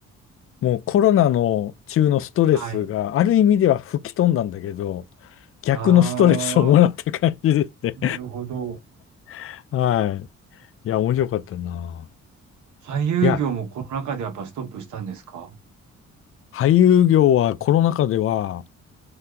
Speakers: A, on the left (about 45°); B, on the right (about 70°).
A: もうコロナの中のストレスがある意味では吹き飛んだんだけど、
B: はい。
A: 逆のストレスをもらった感じですね。
B: ああ、なるほど。
A: <laughs> はい。いや、面白かったな。
B: 俳優業もコロナ禍でやっぱストップしたんですか
A: いや、俳優業はコロナ禍では、